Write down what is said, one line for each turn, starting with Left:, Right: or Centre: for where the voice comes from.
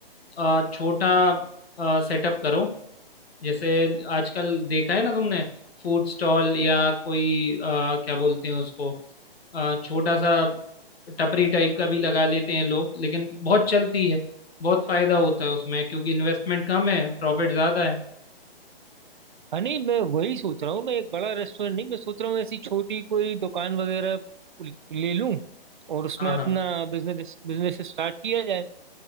Left: अ, छोटा सेटअप करो जैसे आजकल देखा है ना तुमने फूड स्टॉल या कोई अ, क्या बोलते हैं उसको अ, छोटा सा टपरी टाइप का भी लगा लेते हैं लोग लेकिन बहुत चलती है बहुत फायदा होता है उसमें क्योंकि इन्वेस्टमेंट कम है प्रॉफिट ज़्यादा है
Right: हाँ नहीं मैं वही सोच रहा हूँ मैं एक बड़ा रेस्टोरेंट नहीं मैं सोच रहा हूँ ऐसी छोटी कोई दुकान वगैरह ले लूं और उसमें
Left: हाँ हाँ
Right: अपना बिजनेस बिजनेस स्टार्ट किया जाए